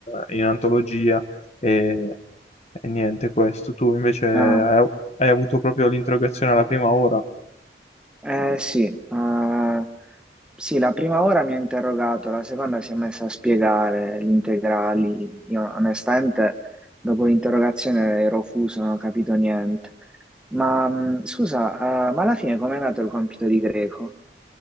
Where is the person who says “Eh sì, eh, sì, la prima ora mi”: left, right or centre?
Centre